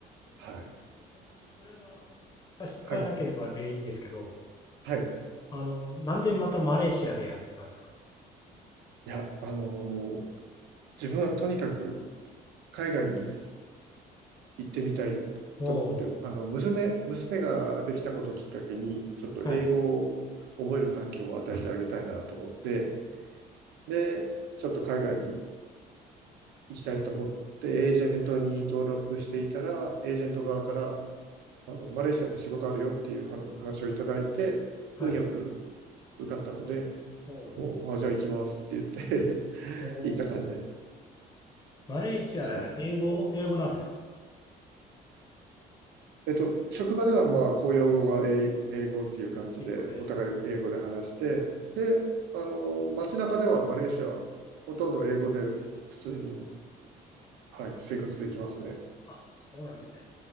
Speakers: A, on the right; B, on the left.
A: はい。
B: ど。えそれは差し支えなければでいいんですけど、
A: はい。はい。
B: あの、なんでまたマレーシアでやってたんですか
A: いや、あのー自分はとにかく海外に行ってみたいと思って、
B: おおー
A: あの、娘、娘ができたことをきっかけに、ちょっと英語を覚える環境を与えてあげたいなと思って、
B: はい。おー
A: で、ちょっと海外に行きたいと思って、エージェントに登録していたら、エージェント側から、あの、マレーシアで仕事あるよっていうは話をいただいて、
B: はい。
A: 運よく受かったので、
B: おー
A: もう、あ、じゃあ行きますって言って <laughs>
B: おー
A: 行った感じです。
B: マレーシアで英語、
A: はい。
B: 英語なんですか
A: えっと、職場ではまあ、公用語が英英語っていう感じで、
B: 英語で。
A: お互い英語で話して、で、あの、街中ではマレーシア、ほとんど英語で普通に、はい、生活できますね。
B: あ、そうなんですね。